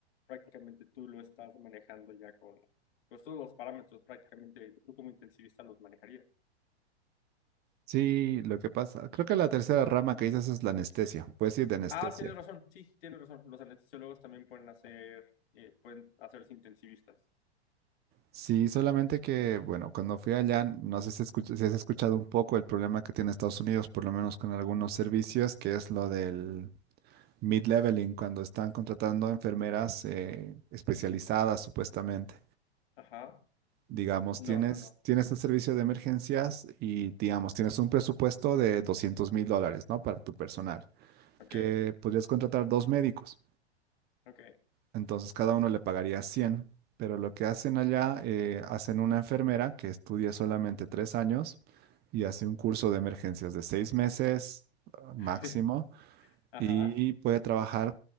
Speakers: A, on the left; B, on the right.
A: prácticamente tú lo estás manejando ya con pues todos los parámetros prácticamente tú como intensivista los manejarías.
B: Sí, lo que pasa, creo que la tercera rama que dices es la anestesia, puedes ir de anestesia.
A: Ah, tienes razón, sí, tienes razón. Los anestesiólogos también pueden hacer, eh, pueden hacerse intensivistas.
B: Sí, solamente que, bueno, cuando fui allá, no sé si, escuch- si has escuchado un poco el problema que tiene Estados Unidos, por lo menos con algunos servicios, que es lo del mid-leveling, cuando están contratando enfermeras eh, especializadas, supuestamente.
A: Ajá.
B: Digamos,
A: No,
B: tienes,
A: no, no.
B: tienes el servicio de emergencias y, digamos, tienes un presupuesto de doscientos mil dólares, ¿no? Para tu personal,
A: Ok,
B: que podrías contratar dos médicos.
A: ok.
B: Entonces, cada uno le pagaría cien pero lo que hacen allá, eh, hacen una enfermera que estudia solamente tres años y hace un curso de emergencias de seis meses ah,
A: <laughs>
B: máximo
A: Ajá,
B: y puede trabajar